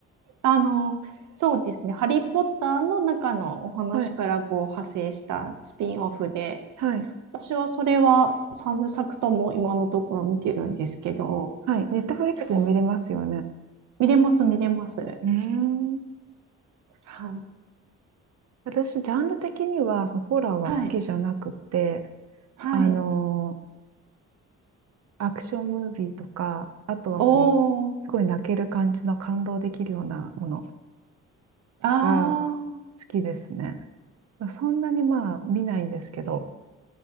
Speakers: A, on the right; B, on the right.
A: あの、そうですね。ハリー・ポッターの中のお話からこう派生したスピンオフで、
B: はい、はい、
A: 私はそれは3部作とも今のところ見てるんですけど、
B: はい。ネットフリックスで見れますよね。
A: 結構見れます、見れます。
B: ねえ。
A: はい。
B: 私、ジャンル的には、そのホラーは好きじゃなくて、
A: はい。はい。
B: あのーアクションムービーとか、あとはこう、
A: おー。
B: すごい泣ける感じの感動できるようなもの
A: あー。
B: が好きですね。そんなにまあ見ないんですけど、